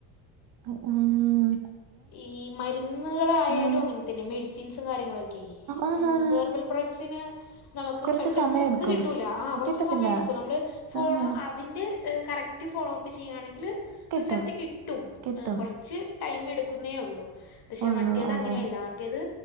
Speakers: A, on the right; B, on the left.
A: അഹ് അം
B: ഈ മരുന്ന്കളയാലും
A: ആഹ്
B: അങ്ങനെ തന്നെ മെഡിസിൻസും കാര്യങ്ങളൊക്കെ
A: ആന്നാന്ന്
B: ഏഹ് ഹെർബൽ പ്രോഡക്ട്സിന് നമുക്ക്
A: കൊറച്ച്
B: പെട്ടെന്ന്
A: സമയം എടുക്കും
B: ഇത് കിട്ടൂല ആഹ് കൊറച്ച്
A: കിട്ടത്തില്ല
B: സമയം എടുക്കും നമ്മള് ഫോളോ
A: ആഹ്
B: അ തിൻ്റെ കറക്റ്റ് ഫോളോ അപ്പ് ചെയ്യാണെങ്കില്
A: കിട്ടും
B: റിസൽറ്റ് കിട്ടും
A: കിട്ടും
B: എഹ് കൊറച്ച് ടൈം എടുക്കുംന്നേ ഒള്ളൂ പക്ഷെ
A: ഉള്ളൂ
B: മറ്റേത്
A: അതെ
B: അങ്ങനെയല്ല മറ്റേത്